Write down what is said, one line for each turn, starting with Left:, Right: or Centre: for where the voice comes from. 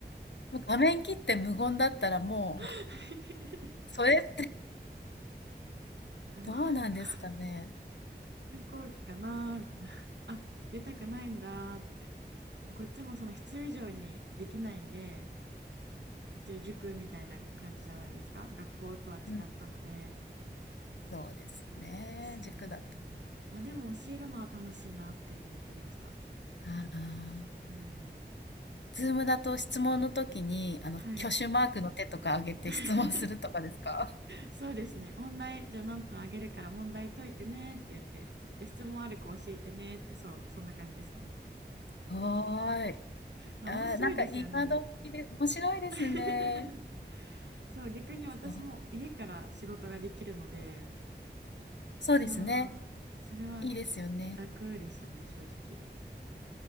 Left: もう画面切って無言だったらもう、
Right: <laughs>
Left: それって
Right: でも、
Left: どうなんですかね。
Right: 反抗反抗期かなーみたいな。<laughs> あ、出たくないんだーって。こっちもその必要以上にできないんで、一応塾みたいな感じじゃないですか。学校とは違ったので。
Left: うんうん。そうですね、
Right: そう。
Left: 塾だと。
Right: まあでも教えるのは楽しいなって思ってました。
Left: ああ。
Right: うん。
Left: Zoom だと質問の時に、あの、
Right: はい。
Left: 挙手マークの手とか挙げて質問するとかですか？
Right: <laughs> そうですね。問題、じゃあ何分あげるから問題解いてねって言って、で、質問ある子教えてねって、そう、そんな感じですね。
Left: はーい。
Right: まあ面白いですよね。
Left: あーなんか今時で面白いですね。
Right: <laughs> そう、逆に私も家から仕事ができるので、
Left: そう、そうですね。
Right: そう、それは
Left: いいですよね。
Right: 楽でしたね、正直。